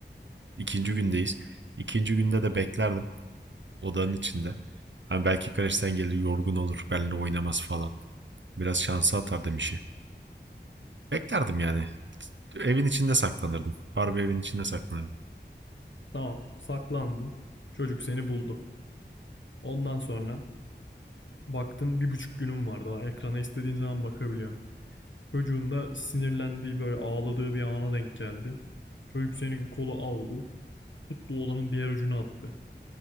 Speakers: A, on the right (about 80°); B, on the left (about 85°).
A: İkinci gündeyiz. İkinci günde de beklerdim. odanın içinde. Hani belki Kareş'ten gelir yorgun olur benimle oynamaz falan. Biraz şansa atardım işi. Beklerdim yani. Evin içinde saklanırdım. Barbie evin içinde saklanırdım.
B: Tamam, saklandın. Çocuk seni buldu. Ondan sonra baktın bir buçuk günün var daha ekrana istediğin zaman bakabiliyorsun. Çocuğun da sinirlendiği böyle ağladığı bir ana denk geldi. Çocuk senin kolu aldı, tuttu olanın diğer ucunu attı.